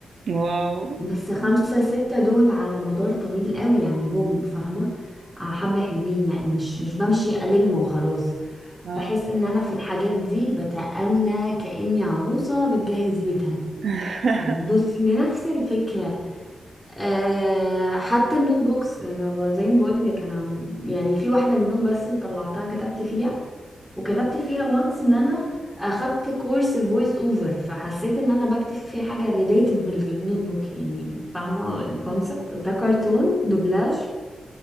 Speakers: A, on the right; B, in the centre.
A: واو
B: بس خمسة ستة دول على مدار طويل قوي يعني جم فاهمه آه، حبه حلوين يعني مش مش بمشي الم وخلاص
A: اه
B: بحس ان انا في الحاجات دي بتأنى كأني عروسه بتجهز بيتها
A: <laughs>
B: بص من نفس الفكرة أه حتى النوت بوكس ما- ما- زي ما بقول لك انا عم- يعني في واحدة منهم بس اللي طلعتها كتبت فيها وكتبت فيها وانس ان انا اخدت كورس فويس اوفر فحسيت ان انا بكتب فيه حاجة ريليتد بالنوت بوك يعني فاهمة الكونسبت ده كرتون دوبلاج